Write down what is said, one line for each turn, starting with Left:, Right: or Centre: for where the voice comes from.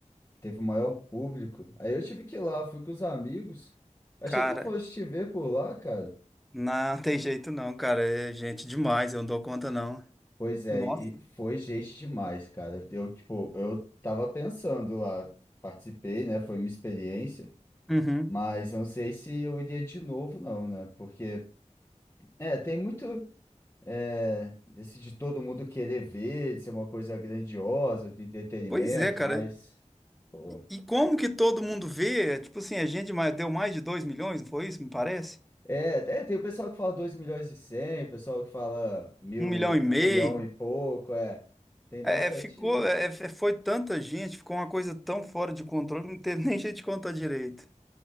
Left: teve o maior público. Aí eu tive que ir lá, fui com os amigos. Achei
Centre: Cara,
Left: que eu fosse te ver por lá, cara.
Centre: não <laughs> tem jeito não, cara. É gente demais, eu não dou conta não.
Left: Pois é,
Centre: Nossa.
Left: e foi gente demais, cara. Eu, tipo, eu tava pensando lá, participei, né? Foi minha experiência.
Centre: Uhum.
Left: Mas eu não sei se eu iria de novo, não, né? Porque, é, tem muito. É, desse de todo mundo querer ver, de ser uma coisa grandiosa, de entretenimento,
Centre: Pois é, cara.
Left: mas. pô.
Centre: E como que todo mundo vê? É, Tipo assim, a gente mais- deu mais de 2 milhões, não foi isso? Me parece?
Left: É, é, tem o pessoal que fala dois milhões e cem o pessoal que fala mil,
Centre: Um milhão
Left: e-
Centre: e meio.
Left: um milhão e pouco, é. Tem
Centre: É,
Left: bastante.
Centre: é, ficou, é, é, é, foi tanta gente, ficou uma coisa tão fora de controle, não teve <laughs> nem jeito de contar direito.